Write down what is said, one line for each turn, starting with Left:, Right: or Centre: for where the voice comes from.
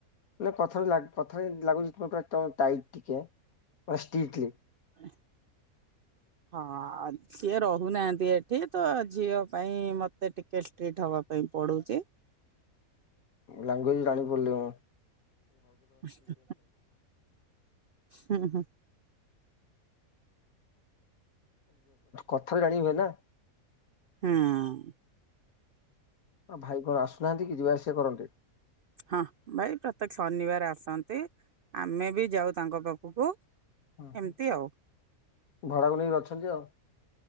Left: ମାନେ କଥାରୁ କଥାରେ ଲାଗୁଚି ଟାଇଟ ଟିକେ ମାନେ <unintelligible>
Right: ହ ହଁ ସିଏ ରହୁନାହାନ୍ତି ଏଠି ତ ଝିଅ ପାଇଁ ମତେ ଟିକେ ଷ୍ଟ୍ରିଟ୍ ହବ ପାଇଁ ପଡୁଚି।
Left: ଲଙ୍ଗୁଏଜ ଜଣି ବୋଲ <unintelligible>
Right: ହୁଁ ହୁଁ
Left: କଥାରେ ଜାଣି ହୁଏ ନା?
Right: ହଁ। ହଁ।
Left: ହ ଭାଇ କଣ ଆସୁନାହାନ୍ତି କି ଯିବା ଆସିବା କରନ୍ତେ
Right: ହଁ ଭାଇ ପ୍ରତ୍ୟେକ ଶନିବାର ଆସନ୍ତି ଆମେ ବି ଯାଉ ତାଙ୍କ ପାଖକୁ।
Left: ଘର
Right: ଏମିତି ଆଉ
Left: ଭଡ଼ାକୁ ନେଇକି ଅଛନ୍ତି ଆଉ।